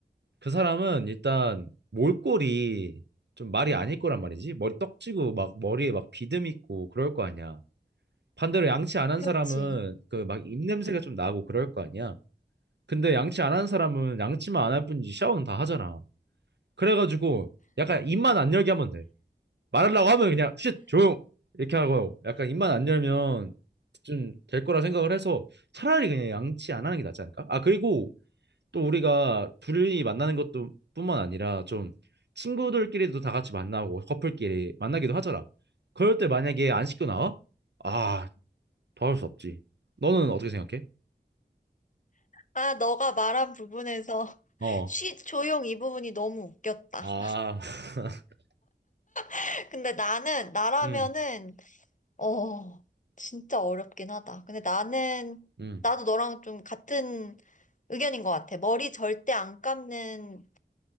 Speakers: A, on the right; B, on the left.
A: 그 사람은 일단 몰골이 좀 말이 아닐 거란 말이지. 머리 떡지고 막 머리에 막 비듬 있고 그럴 거 아니야. 반대로 양치 안 한
B: 그렇지.
A: 사람은 그 막 입냄새가 좀 나고 그럴 거 아니야. 근데 양치 안 하는 사람은 양치만 안 할 뿐이지 샤워는 다 하잖아. 그래가지고 약간 입만 안 열게 하면 돼. 말하려고 하면 그냥 쉿 조용 이렇게 하고 약간 입만 안 열면 좀 될 거라 생각을 해서 차라리 그냥 양치 안 하는 게 낫지 않을까? 아 그리고 또 우리가 둘이 만나는 것도 뿐만 아니라 좀 친구들끼리도 다 같이 만나고 커플끼리 만나기도 하잖아. 그럴 때 만약에 안 씻고 나와? 아 도와줄 수 없지. 너는 어떻게 생각해?
B: 아, 너가 말한 부분에서 <laughs>
A: 어.
B: 쉬, 조용 이 부분이 너무 웃겼다.
A: 아. <laughs>
B: <laughs> 근데 나는, 나라면은,
A: 음.
B: 어, 진짜 어렵긴 하다. 근데 나는,
A: 음.
B: 나도 너랑 좀 같은 의견인 것 같아. 머리 절대 안 감는